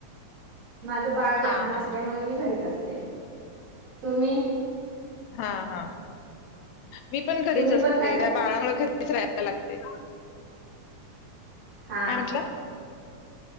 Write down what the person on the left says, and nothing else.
हां, हां.
हां, हां. मी पण घरीच
असते
त्या बाळामुळे घरीच राहायला लागतय.
काय म्हंटला?